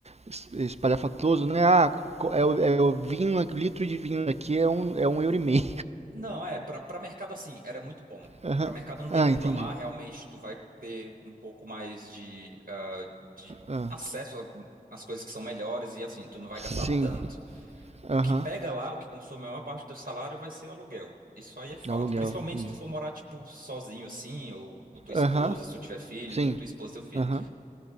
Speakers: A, on the right; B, on the right.
A: es- espalhafatoso, né? Ah, co- é o, é o vinho, aqui, o litro de vinho aqui é um, é um euro e meio.
B: Não, é, para para mercado assim, era muito bom.
A: Aham.
B: Para mercado não
A: Ah,
B: tem o que reclamar,
A: entendi.
B: realmente tu vai ter um pouco mais de, ah, de
A: Ah,
B: acesso a- às coisas que são melhores e assim, tu não vai
A: sim.
B: gastar tanto. O
A: Aham.
B: que pega lá, o que consome a maior parte do teu salário vai ser o aluguel. Isso aí é fato.
A: Aluguel,
B: Principalmente
A: entendi.
B: se tu for morar, tipo, sozinho assim, ou com tua esposa,
A: Aham,
B: se tu tiver filho,
A: sim.
B: tu, tua esposa e teu filho.
A: Aham,